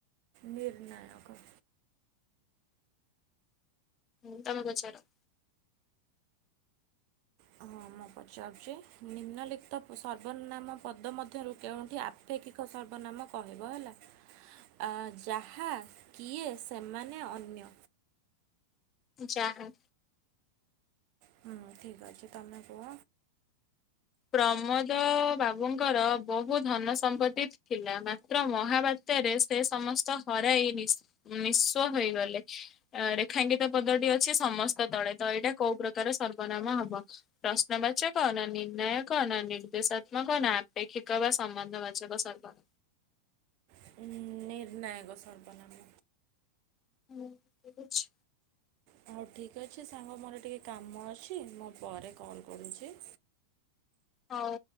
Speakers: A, on the right; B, on the left.
A: ନିର୍ଣ୍ଣୟକ।
B: ହୁଁ ତମକୁ ଛାଡ଼।
A: ହଁ ମୁଁ ପଚାରୁଛି। ନିମ୍ନଲିଖିତ ସର୍ବନାମ ପଦ ମଧ୍ୟରୁ କେଉଁଠି ଆ <unintelligible> ସର୍ବନାମ କହିବ? ହେଲା। ଆ ଯାହା କିଏ ସେମାନେ ଅନ୍ୟ
B: ଚାହାଁ।
A: ହୁଁ ଠିକ୍ ଅଛି ତମେ କୁହ?
B: ପ୍ରମୋଦ ବାବୁଙ୍କର ବହୁ ଧନ ସମ୍ପତ୍ତି ଥିଲା ମାତ୍ର ମହାବା ଭିତରେ ସେ ସମସ୍ତ ହରାଇ ନି ନିଶ୍ଵ ହୋଇଗଲେ। ଅ ରେଖାଙ୍ଗିତ ପଦଟି ଅଛି ସମସ୍ତ ତଳେ ତ ଏଇଟା କୋଉ ପ୍ରକାର ସର୍ବନାମ ହବ। ପ୍ରଶ୍ନବାଚ ନା ନି। ନ କଣ ନିର୍ଦ୍ଦେଶାତ୍ମକ କ ନା ଆପେକ୍ଷିକ ବା ସମ୍ବନ୍ଧ ବାଜବ ସରବ
A: <unintelligible> ନିର୍ଣ୍ଣାୟକ ସର୍ ବନାମ।
B: ହଁ ଠିକ ଅଛି।
A: ହଉ ଠିକ୍ ଅଛି ସାଙ୍ଗ ମୋର ଟିକଏ କାମ ଅଛି ମୁଁ ପରେ କଲ୍ କରୁଛି।
B: ହଉ।